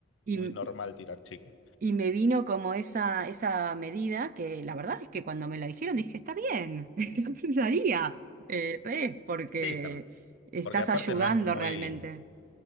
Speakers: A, on the right; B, on the left.
A: Eh,
B: muy normal tirar chicle.
A: y me vino como esa, esa medida que la verdad es que cuando me la dijeron dije, está bien, <laughs> lo haría, eh, re, porque
B: Sí, tam-
A: estás
B: porque aparte
A: ayudando
B: no es muy,
A: realmente.